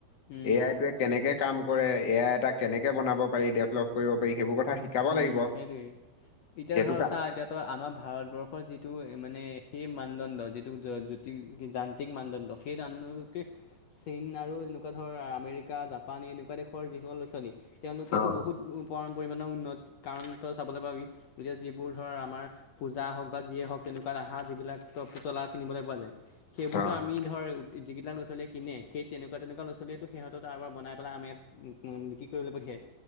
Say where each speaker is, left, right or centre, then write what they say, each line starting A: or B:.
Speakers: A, on the left; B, on the left.
A: উম,
B: এ আইটোৱে কেনেকে কাম কৰে এ আই এটা কেনেকে বনাব পাৰি ডেভলপ কৰিব পাৰি সেইবোৰ কথা শিকাব
A: উম,
B: লাগিব।
A: সেইটোৱে, এতিয়া
B: সেইটো
A: ধৰ
B: কা
A: চা এতিয়াতো আমাৰ ভাৰতবৰ্ষৰ যিটো মানে সেই মানদণ্ড যিটো জ-জ-জ্যোতি যান্ত্ৰিক মানদণ্ড সেই দানদণ্ডকে চীন আৰু এনেকুৱা ধৰ আমেৰিকা, জাপ পানী এনেকুৱা দেশৰ যিসকল ল'ৰা ছোৱালী তেওঁলোকেতো
B: অ
A: বহুত পৰিমাণৰ উন্নত কাৰণ তই চাবলৈ পাৰি যেতিয়া যিবোৰ ধৰ আমাৰ পূজা হওঁক বা যিয়ে হওঁক তেনেকুৱা অহা যিবিলাক পুতলা কিনিবলৈ পোৱা যায়, সেইবোৰতো
B: অ
A: আমি ধৰ যিকেইটা ল'ৰা ছোৱালীয়ে কিনে সেই তেনেকুৱা তেনেকুৱা ল'ৰা ছোৱালীয়েতো সিহঁতৰ তাৰপৰা বনাই পেলাই আমি ইয়াত ব- বিক্ৰী কৰিবলৈ পঠিয়াই।